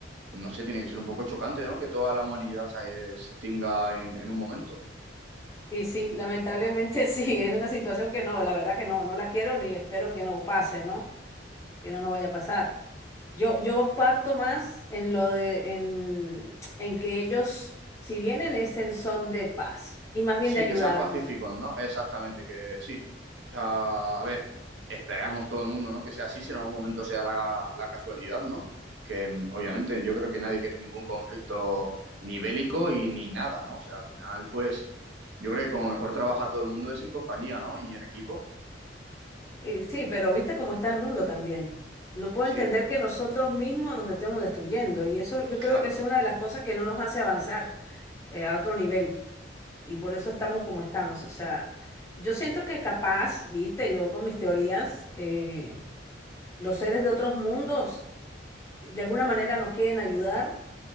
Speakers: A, on the right; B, on the left.
A: no sé, tiene que ser un poco chocante, ¿no? Que toda la humanidad se extinga en en un momento.
B: Y sí, lamentablemente <laughs> sí, es una situación que no, la verdad que no, no la quiero ni espero que no pase, ¿no? Que no nos vaya a pasar. Yo, yo parto más en lo de, en, en que ellos, si vienen, es en son de paz y más
A: Sí,
B: bien de ayudarnos.
A: que sean pacíficos, ¿no? Exactamente, que sí. O sea, a ver, esperamos todo el mundo, ¿no? Que sea así, si en algún momento sea la, la casualidad, ¿no? Que mm, obviamente yo creo que nadie quiere ningún conflicto ni bélico y ni nada, ¿no? O sea, al final, pues, yo creo que como mejor trabaja todo el mundo es en compañía, ¿no? Y en equipo.
B: Y sí, pero viste cómo está el mundo también. No puedo entender
A: Sí,
B: que nosotros mismos nos estemos destruyendo y eso yo creo
A: claro.
B: que es una de las cosas que no nos hace avanzar eh, a otro nivel. Y por eso estamos como estamos. O sea, yo siento que capaz, viste, yo con mis teorías, eh, los seres de otros mundos de alguna manera nos quieren ayudar